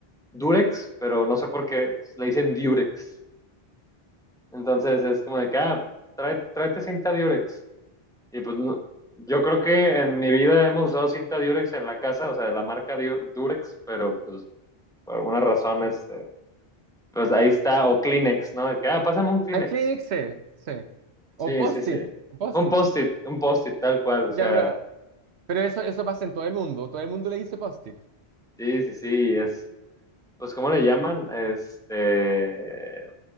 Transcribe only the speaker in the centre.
Durex, pero no sé por qué le dicen Durex. Entonces es como de que, ah, trae- tráete cinta Durex. Y pues no- yo creo que en mi vida hemos usado cinta Durex en la casa, o sea, de la marca Du- Durex, pero pues por alguna razón, este, pues ahí está, o Kleenex, ¿no? De que, ah, pásame un Kleenex.
Sí,
sí, sí.
Un post-it, un post-it tal cual, o sea,
sí, sí, sí, es, pues, ¿cómo le llaman? Este,